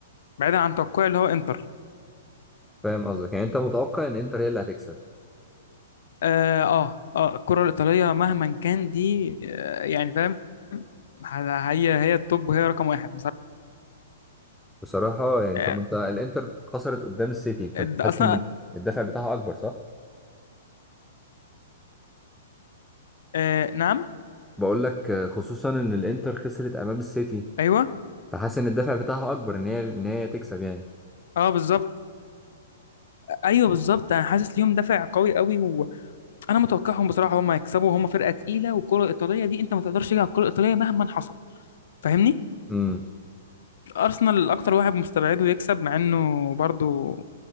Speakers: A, on the left; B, in the centre.
A: بعيدا عن توقعي اللي هو انتر
B: فاهم قصدك يعني انت متوقع ان انتر هي اللي هتكسب
A: اه اه, آه الكره الايطاليه مهما كان دي آه يعني فاهم ه- هي هي التوب وهي رقم واحد
B: بصراحة يعني
A: بصراحه
B: طب انت الانتر خسرت قدام السيتي فانت
A: ده
B: حاسس
A: اصلا
B: ان الدفع بتاعها اكبر صح؟
A: آه نعم
B: بقول لك آه، خصوصا ان الانتر خسرت امام السيتي
A: ايوه
B: فحاسس ان الدفع بتاعها اكبر ان هي ان هي تكسب يعني
A: اه بالظبط ايوه بالظبط انا حاسس ليهم دافع قوي قوي وانا متوقعهم بصراحه هم يكسبوا هم فرقه تقيله والكره الايطاليه دي انت ما تقدرش تيجي على الكره الايطاليه مهما حصل فاهمني
B: امم
A: ارسنال اكتر واحد مستبعده يكسب مع انه برضو